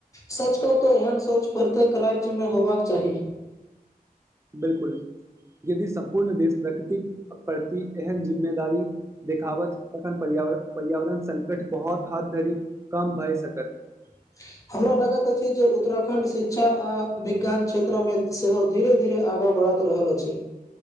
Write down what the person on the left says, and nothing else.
सच कहू तो एहन सोच प्रत्येक राज्य में होबाक चाही।
<unintelligible> हमरा लगेत अछि जे, उत्तराखंड शिक्षा, आ विज्ञान क्षेत्र में, सेहो धीरे-धीरे आगा बढ़ होइत रहल अछि।